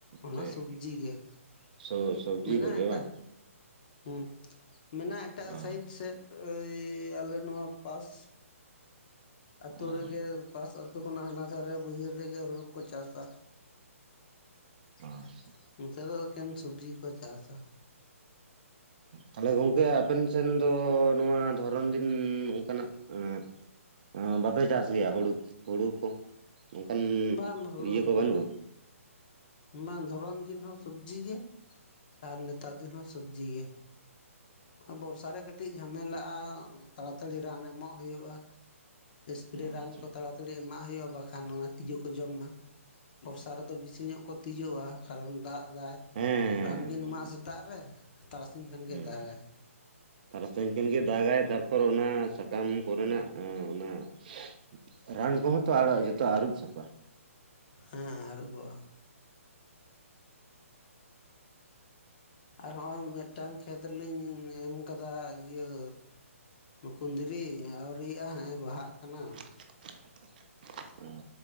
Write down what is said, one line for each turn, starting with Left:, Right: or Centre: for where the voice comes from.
Left: ᱚᱱᱟ
Right: ᱥᱮ
Left: ᱥᱚᱵᱽᱡᱤ ᱜᱮ <inaudible>
Right: ᱥᱚ ᱥᱚᱵᱽᱡᱤ
Left: ᱢᱮᱱᱟᱜ
Right: ᱠᱚᱜᱮ
Left: ᱮᱴᱟᱜ
Right: ᱵᱟᱝ
Left: ᱦᱩᱸ ᱢᱮᱱᱟᱜ ᱮᱴᱟᱜ
Right: ᱚ
Left: ᱥᱟᱭᱤᱰ ᱥᱮᱫ ᱳᱭ ᱟᱞᱮ ᱱᱚᱣᱟ ᱯᱟᱥ᱾ ᱟᱹᱛᱩ
Right: ᱚ
Left: ᱨᱮᱜᱮ ᱯᱟᱥ ᱟᱹᱛᱩ ᱠᱷᱚᱱᱟᱜ ᱦᱟᱱᱟ ᱫᱷᱟᱨᱮ ᱵᱟᱹᱭᱦᱟᱹᱲ ᱨᱮᱜᱮ ᱦᱩᱲᱩ ᱠᱚ ᱪᱟᱥᱼᱟ᱾
Right: <inaudible> ᱟᱪᱪᱷᱟ
Left: <inaudible> ᱱᱚᱛᱮ ᱫᱚ ᱮᱠᱷᱮᱱ ᱥᱚᱵᱽᱡᱤ ᱠᱚ ᱪᱟᱥᱼᱟ᱾
Right: ᱛᱟᱦᱚᱞᱮ ᱜᱚᱝᱠᱮ ᱟᱯᱮᱱ ᱥᱮᱱ ᱫᱚ ᱱᱚᱣᱟ ᱫᱷᱚᱨᱚᱱ ᱫᱤᱱ ᱚᱱᱠᱟᱱᱟᱜ <unintelligible> <unintelligible> ᱵᱟᱯᱮ ᱪᱟᱥ ᱜᱮᱭᱟ ᱦᱩᱲᱩ ᱦᱩᱲᱩ ᱠᱚ ᱚᱱᱠᱟᱱ
Left: ᱵᱟᱝ ᱦᱩᱲᱩ
Right: ᱤᱭᱟᱹ
Left: ᱫᱚ
Right: ᱠᱚ ᱵᱟᱹᱱᱩᱜᱼᱟ᱾
Left: ᱵᱟᱝ ᱵᱟᱝ ᱫᱷᱚᱨᱚᱱ ᱫᱤᱱ ᱦᱚᱸ ᱥᱚᱵᱽᱡᱤ ᱜᱮ᱾ ᱟᱨ ᱱᱮᱛᱟᱨ ᱫᱤᱱ ᱦᱚᱸ ᱥᱚᱵᱽᱡᱤ ᱜᱮ᱾ ᱵᱚᱨᱥᱟᱨ ᱨᱮ ᱠᱟᱹᱴᱤᱡ ᱡᱷᱟᱢᱮᱞᱟᱜᱼᱟ ᱛᱟᱲᱟᱛᱟᱲᱤ ᱨᱟᱱ ᱮᱢᱚᱜ ᱦᱩᱭᱩᱜ-ᱟ ᱥᱯᱨᱮ
Right: ᱟᱪᱪᱷᱟ
Left: ᱨᱟᱱ ᱠᱚ ᱛᱟᱲᱟ ᱛᱟᱲᱤ ᱮᱢᱟᱜ ᱦᱩᱭᱩᱜᱼᱟ ᱵᱟᱠᱷᱟᱱ ᱚᱱᱟ ᱛᱤᱡᱩ ᱠᱚ ᱡᱚᱢ ᱢᱟ <inaudible> ᱵᱚᱨᱥᱟ ᱨᱮᱫᱚ ᱵᱮᱥᱤ ᱧᱚᱜ ᱠᱚ ᱛᱤᱡᱚᱜᱼᱟ ᱠᱟᱨᱚᱱ ᱫᱟᱜ ᱫᱟᱭ
Right: ᱦᱮᱸ
Left: ᱨᱟᱱ ᱵᱤᱱ ᱮᱢᱟᱜᱼᱟ ᱥᱮᱛᱟᱜ ᱨᱮ ᱛᱟᱨᱟᱥᱤᱧ ᱠᱷᱟᱱ ᱜᱮ
Right: ᱦᱮᱸ
Left: ᱫᱟᱜᱟᱭ᱾
Right: ᱛᱟᱨᱟᱥᱤᱧ ᱠᱷᱮᱱ ᱜᱮ ᱫᱟᱜᱟᱭ ᱛᱟᱨᱯᱚᱨ ᱚᱱᱟ ᱥᱟᱠᱟᱢ ᱠᱚᱨᱮᱱᱟᱜ ᱚ <inaudible> ᱨᱟᱱ ᱠᱚᱦᱚᱸ ᱛᱚ <unintelligible> ᱡᱚᱛᱚ ᱟᱹᱨᱩᱵ ᱥᱟᱯᱷᱟᱜ
Left: ᱦᱮᱸ ᱟᱹᱨᱩᱵᱚᱜᱼᱟ᱾ <inaudible> ᱟᱨ ᱦᱚᱸᱜᱼᱚᱭ ᱢᱤᱫᱴᱟᱝ ᱠᱷᱮᱛ ᱞᱤᱧ ᱮᱢ ᱠᱟᱫᱟ ᱤᱭᱟᱹ ᱠᱩᱫᱽᱨᱤ ᱟᱹᱣᱨᱤᱭᱟᱜ-ᱟ ᱦᱟᱸᱜ ᱮ ᱵᱟᱦᱟᱜ ᱠᱟᱱᱟ
Right: <inaudible> ᱦᱩᱸ